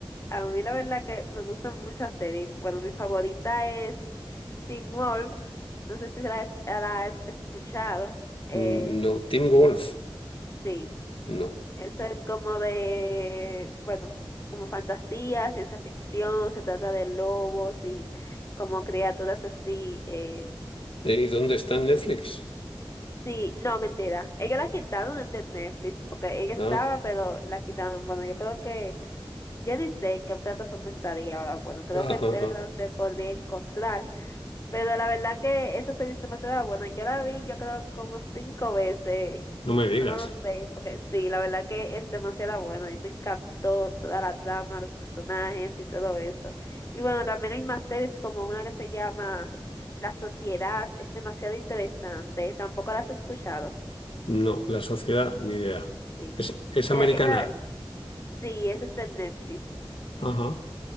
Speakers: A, on the left; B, on the left.
A: a mí la verdad que me gustan muchas series. Bueno, mi favorita es Teen Wolf. No sé si la has, la has escuchado. Eh,
B: mm, no. Team Wolf,
A: sí,
B: no.
A: eso es como de, bueno, como fantasía, ciencia ficción, se trata de lobos y como criaturas así. Eh.
B: Eh, ¿Y dónde está en Netflix?
A: Sí, no, mentira. Ella la quitaron de Netflix porque ella estaba,
B: Ah,
A: pero la quitaron. Bueno, yo creo que Yo ni sé en qué plataforma estaría ahora. Bueno, creo
B: <laughs> ajá,
A: que en
B: ajá.
A: Telegram se podría encontrar, pero la verdad que esa serie es demasiado buena. Yo la vi, yo creo, como cinco veces.
B: No me digas.
A: No sé, porque sí, la verdad que es demasiado bueno. A mí me encantó toda la trama, los personajes y todo eso. Y bueno, también hay más series como una que se llama La Sociedad. Es demasiado interesante. Tampoco la has escuchado.
B: No, la sociedad, ni idea.
A: Sí.
B: Es, es
A: Eh,
B: americana.
A: Esa, sí, esa está en Netflix.
B: Ajá.